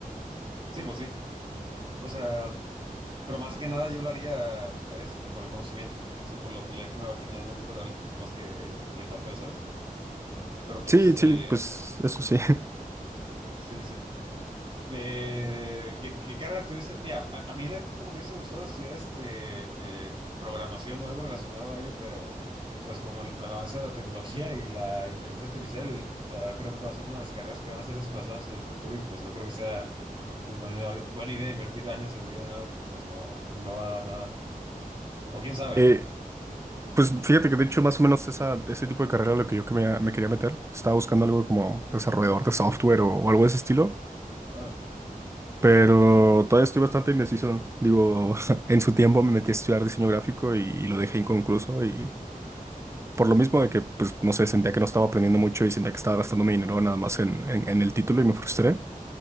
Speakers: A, on the right; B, on the right.
A: sí, pues sí. O sea. Pero más que nada yo lo haría este, por el conocimiento, o sea, por la utilidad que me va a generar en el mundo real, más que, que el papel, ¿sabes? Pero pues
B: Sí,
A: este,
B: sí, pues eso sí. <laughs>
A: sí, sí. sí. Eh, ¿qué, qué carrera tuviste? Mira, a, a mí la neta me hubiese gustado estudiar este, eh, programación o algo relacionado a ello, pero pues como el, con el avance de la tecnología y la inteligencia artificial, la verdad creo que va a ser una de las carreras que van a ser desplazadas en el futuro y pues no creo que sea pues buena, buena idea invertir años de mi vida en algo que pues no, no me va a dar nada. O quién sabe,
B: Eh,
A: ¿eh?
B: pues fíjate que de hecho más o menos esa, ese tipo de carrera era lo que yo que me, me quería meter. Estaba buscando algo como desarrollador de software o, o algo de ese estilo,
A: No.
B: pero todavía estoy bastante indeciso. Digo, <laughs> en su tiempo me metí a estudiar diseño gráfico y, y lo dejé inconcluso y por lo mismo de que, pues no sé, sentía que no estaba aprendiendo mucho y sentía que estaba gastando mi dinero nada más en, en, en el título y me frustré.